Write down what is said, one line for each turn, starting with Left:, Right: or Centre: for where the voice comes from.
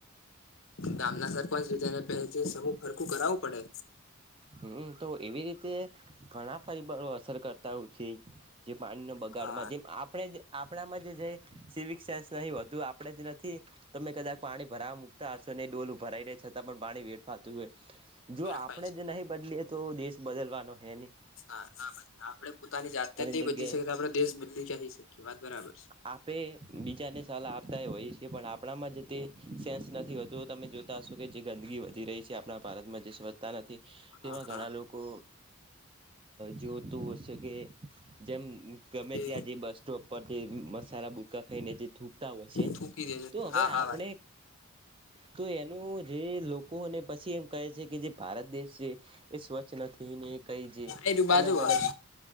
Left: ગામના સરપંચ છે, તેને પેલેથી સરૂ હરકું કરાવવું પડે.
Right: હમ, તો એવી રીતે ઘણા પરિબળો અસર કરતા હોય છે. જે પાણીનો બગાડમાં
Left: હા
Right: જેમ આપણે જ આપણામાં જે સિવિક સેન્સ નઇ, વધું આપણે જ નથી. તમે કદાચ પાણી ભરાવા મુક્તા હશો ને, ડોલું ભરાઈ રહે, છતાં પણ પાણી વેઠફાતું હોય, જો
Left: વેડફાય
Right: આ
Left: છે
Right: નહીં બદલીએ તો, દેશ બદલવાનો હે ને.
Left: ના, ના, આપડે પોતાની જાત
Right: ઘણી
Left: નેજ નહી
Right: જગ્યાએ
Left: બદલી શકીએ, આપડે દેશ બદલી ક્યાંથી શકીએ વાત બરાબર છે.
Right: આપે બીજાને આપતા હોઈએ છીએ, પણ આપણામાં જે તે સેન્સ નથી હોતું, તમે જો કે જે ગંદગી વધી રહી છે, આપણા ભારતમાં. તા નથી, તેમાં
Left: હા
Right: ઘણા
Left: હા
Right: લોકો જોતું હોય છે કે. જેમ ગમે
Left: એ
Right: ત્યાં જે બસ સ્ટોપ પર તે મસાલા ગુટકા ખાઈને, જે થૂકતા હોય છે.
Left: થૂકી દે
Right: તો
Left: છે
Right: હવે
Left: હા હા
Right: આપણે
Left: વાત
Right: તો એનું જે લોકોને પછી એમ કહે છે કે, જે ભારત દેશ છે. એ સ્વચ્છ નથી ને, કઈ જે
Left: એ રયુ
Right: અલગ-અલગ.
Left: બાજુ વાળો